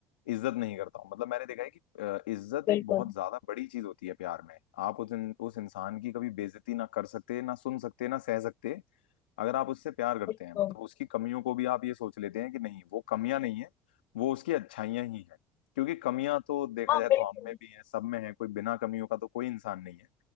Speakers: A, on the left (about 80°); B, on the left (about 60°).
A: इज्जत नहीं करता हूँ मतलब मैंने देखा है कि अ, इज्जत
B: बिल्कुल
A: एक बहुत ज्यादा बड़ी चीज होती है प्यार में आप उस इन, उस इंसान की कभी बेइज्जती ना कर सकते ना सुन सकते ना सह सकते अगर आप उससे प्यार करते
B: बिल्कुल
A: हैं मतलब उसकी कमियों को भी आप ये सोच लेते हैं कि नहीं वो कमियां नहीं है वो उसकी अच्छाइयां ही है क्योंकि कमियां तो देखा
B: हाँ
A: जाए
B: बिल्कुल
A: तो हम में भी है सब में है कोई बिना कमियों का तो कोई इंसान नहीं है